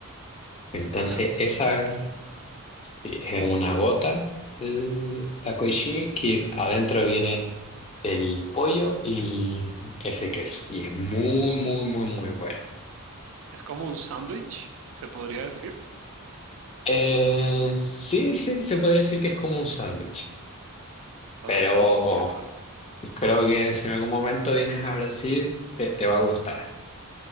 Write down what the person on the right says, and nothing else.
Catupiry.
Es como un sándwich, se podría decir.
Ah,
delicioso.